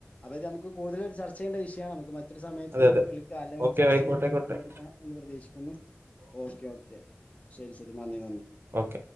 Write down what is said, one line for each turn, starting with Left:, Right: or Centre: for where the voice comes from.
Left: അതെ ഇത് നമുക്ക് കൂടുതൽ ഒരു ചർച്ച ചെയ്യേണ്ട വിഷയാ നമുക്ക് മ മറ്റൊരു സമയത്ത്
Right: അതെ അതെ
Left: വിളിക്കുക അല്ലെങ്കിൽ
Right: ഓക്കെ
Left: ചർച്ചയിൽ
Right: ആയിക്കോട്ടെ ആയിക്കോട്ടെ
Left: പ പങ്കെടുക്കാ എന്ന് പ്രതീക്ഷിക്കുന്നു ഓക്കെ ഓക്കെ ശരി ശരി നന്ദി നന്ദി.
Right: ഓക്കെ